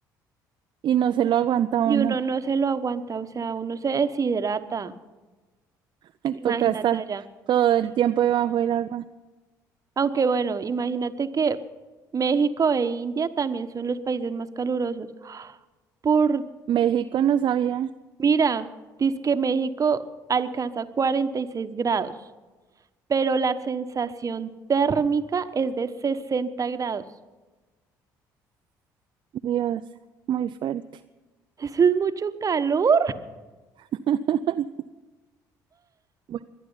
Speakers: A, on the right (about 50°); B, on the right (about 35°).
A: y no se lo aguanta
B: Y
A: uno.
B: uno no se lo aguanta, o sea, uno se deshidrata.
A: <laughs>
B: Imagínate
A: Toca estar
B: allá.
A: todo el tiempo debajo del agua.
B: Aunque bueno, imagínate que México e India también son los países más calurosos. Por,
A: México no sabía.
B: mira, dice que México alcanza 46 grados, pero la sensación térmica es de 60 grados.
A: Dios, muy fuerte.
B: <laughs> Eso es mucho calor.
A: <laughs> Bueno,